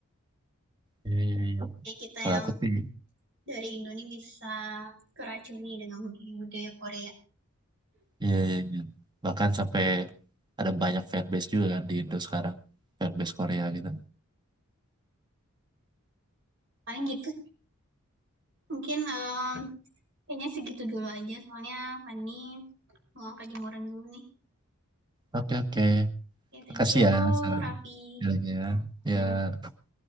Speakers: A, on the right; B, on the right.
A: Iya, iya, iya.
B: Kayak kita
A: Kalau
B: yang
A: aku sih,
B: dari Indonesia bisa keracuni dengan budaya-budaya Korea.
A: iya, iya, iya. Bahkan sampai ada banyak fanbase juga kan di Indo sekarang, fanbase Korea gitu.
B: Paling gitu. Mungkin em, Kayaknya segitu dulu aja, soalnya Fanny mau ke jemuran dulu nih.
A: Oke, oke.
B: Oke, thank
A: Makasih
B: you,
A: ya, Sarah.
B: Raffi.
A: Ya, ya. Ya.
B: Ya.